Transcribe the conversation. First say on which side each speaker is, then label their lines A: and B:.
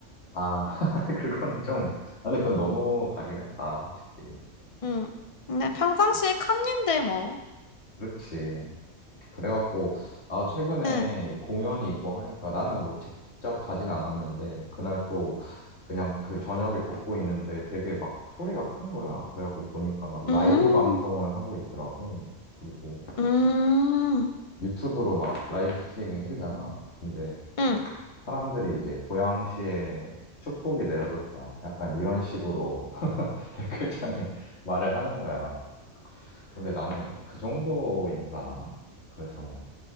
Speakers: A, on the left (about 65°); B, on the left (about 40°).
A: 아, <laughs> 그건 좀, 아, 근데 그건 너무 가긴 했다, 솔직히.
B: 응. 근데 평상시에 칸인데 뭐.
A: 그렇지. 그래갖고, 아, 최근에
B: 응.
A: 공연이 있고 하니까 나는 뭐 직접 가진 않았는데, 그날 또 그냥 그 저녁에 걷고 있는데 되게 막 소리가 큰 거야. 그래갖고 보니까 막 라이브
B: 음.
A: 방송을 하고 있더라고. 그리고
B: 음.
A: 유튜브로 막 라이브 스트리밍 해주잖아. 근데
B: 응.
A: 사람들이 이제 고양시에 축복이 내려졌다. 약간 이런 식으로 <laughs> 댓글창에 말을 하는 거야. 근데 나는 그 정도인가? 그래서